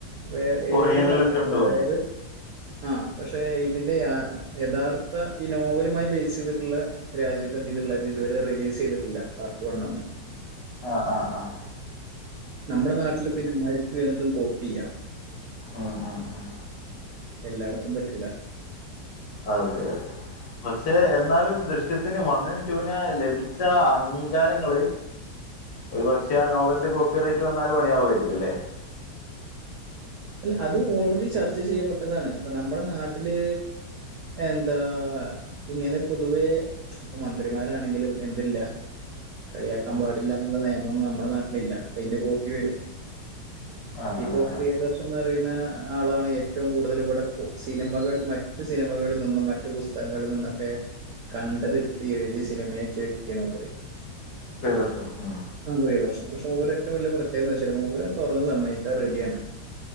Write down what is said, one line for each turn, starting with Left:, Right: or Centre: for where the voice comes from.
Right: വെ
Left: കൊറിയനിലൊക്കെ
Right: ഒരു കൺട്രീയുണ്ട്
Left: ഉണ്ട് തോന്നുന്നു
Right: അതായത് ആ പക്ഷെ ഇതിന്റെ യാ യഥാർത്ഥ ഈ നോവലുമായി ബേസ് ചെയ്തിട്ടുള്ള രാജ്യത്തെ എന്ത് ചെയ്തിട്ടില്ല അത് ഇതുവരെ റിലീസ് ചെയ്തിട്ടില്ല പാർട്ട് വൺന്ന്
Left: ആഹ് ആഹ് ആഹ്
Right: നമ്മുടെ നാട്ടില് പിന്നാരും ഇത് എന്തും കോപ്പി ചെയ്യാ
Left: ഉം ഉം ഉം
Right: എല്ലായിടത്തും പറ്റൂല
Left: അതെ അതെ പക്ഷെ എന്നാലും ദൃശ്യത്തിന് വണ്ണിന് ടുന് ലഭിച്ച അംഗീകാരങ്ങള് ഒരു പക്ഷെ ആ നോവലിന്റെ കോപ്പി റേറ്റ് വന്നാല് പണിയവുമായിരിക്കും അല്ലേ
Right: അല്ല അത് ഓൾറെഡി ചർച്ച ചെയ്യപ്പെട്ടതാണ് അപ്പൊ നമ്മുടെ നാട്ടില് എന്താ ഇങ്ങനെ പൊതുവേ ഇപ്പ മന്ത്രിമാരാണെങ്കിലും എന്തില്ല കളിയാക്കാൻ
Left: ഉം
Right: പാടില്ല എന്നുള്ള നിയമം നമ്മുടെ നാട്ടിലില്ല അതിന്റെ കോപ്പി വരും
Left: ആഹ്
Right: ഇപ്പോ
Left: ആഹ്
Right: പ്രിയദർശ്
Left: ആഹ്
Right: ന്ന് പറയുന്ന ആളാണ് ഏറ്റവും കൂടുതൽ ഇവിടെ സിനിമകൾ മറ്റു സിനിമകളിൽ നിന്നും മ മറ്റു പുസ്തകങ്ങളിൽ നിന്നൊക്കെ കണ്ടത് ടുത്ത്എഴുതി സിനിമയാക്യ വ്യക്തിണ് മൂപ്പര്
Left: പ്രിയദർശൻ ഉം
Right: ആ പ്രിയദർശൻ പക്ഷെ മൂപ്പര് ഏറ്റവും വലിയ പ്രത്യേക എന്ന് വെച്ചാലേ മൂപ്പര് തുറന്ന് സമ്മതിക്കാ റെഡിയാണ്